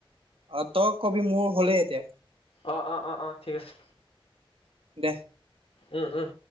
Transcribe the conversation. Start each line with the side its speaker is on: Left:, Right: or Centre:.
Right: অ তই কবি মোৰ হ'লেই এতিয়া
Left: অ অ অ অ ঠিক আছে
Right: দে
Left: উম উম